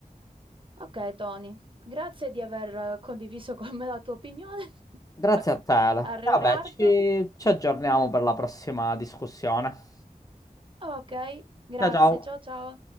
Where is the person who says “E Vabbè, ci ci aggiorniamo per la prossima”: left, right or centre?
Left